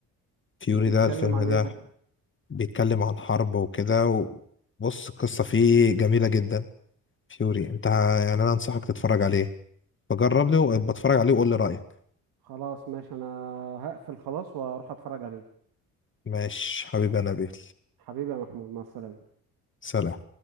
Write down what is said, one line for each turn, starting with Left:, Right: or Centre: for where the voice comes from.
Left: فيوري
Right: ده بيتكلم
Left: ده الفيلم
Right: عن
Left: ده
Right: ايه ده
Left: بيتكلم عن حرب وكده وبص القصة فيه جميلة جدا فيوري انت ه- يعني انا انصحك تتفرج عليه فجرب لي وبتفرج عليه وقول لي رأيك
Right: خلاص ماشي انا هقفل خلاص واروح اتفرج عليه
Left: ماشي حبيبي يا نبيل
Right: حبيبي يا محمود مع السلامه
Left: سلام